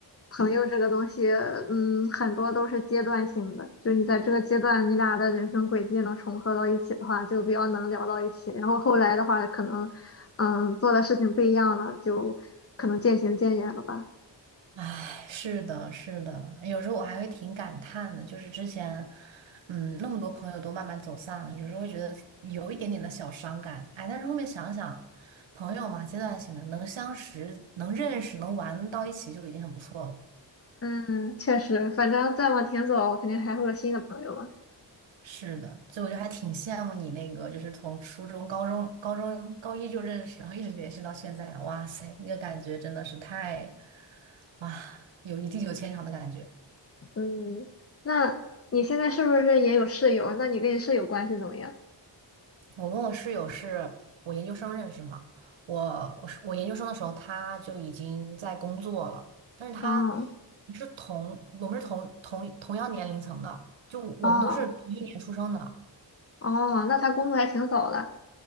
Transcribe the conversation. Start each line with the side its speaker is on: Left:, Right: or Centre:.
Left: 朋友这个东西，嗯，很多都是阶段性的，就是你在这个阶段，你俩的人生轨迹能重合到一起的话，就比较能聊到一起。然后后来的话，可能，嗯，做的事情不一样了，就可能渐行渐远了吧。
Right: 哎，是的，是的，有时候我还会挺感叹的，就是之前，嗯，那么多朋友都慢慢走散了，有时候会觉得有一点点的小伤感。哎，但是后面想想，朋友嘛，阶段性的，能相识、能认识、能玩到一起就已经很不错了。
Left: 嗯，确实，反正再往前走，肯定还会有新的朋友嘛。
Right: 是的，所以我就还挺羡慕你那个，就是从初中、高中、高中高一就认识，然后一直联系到现在。哇塞，那个感觉真的是太，哇，有一地久天长的感觉。
Left: 嗯，那你现在是不是也有室友？那你跟你室友关系怎么样？
Right: 我跟我室友是我研究生认识嘛，我我是我研究生的时候他就已经在工作了，但是他
Left: 哦
Right: 是同我们是同同同样年龄层的，就我们都是同一年出生的，
Left: 哦哦，那他工作还挺早的。